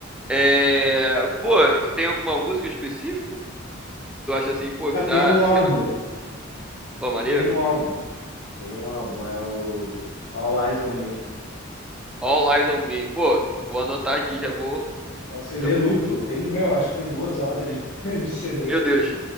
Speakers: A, in the centre; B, on the left.
A: é... Pô, tem alguma música específica? Tu acha assim, pô,
B: Cara,
A: que
B: tem
A: dá aquela...
B: um álbum,
A: Pô, maneiro?
B: tem um álbum, tem um álbum, é o All Eyes on Me.
A: All Eyes on Me. Pô, eu vou anotar
B: É,
A: aqui, já vou...
B: é o CD
A: eu-
B: duplo, tem, meu, acho que duas horas de, <laughs> de CD,
A: Meu
B: assim.
A: Deus.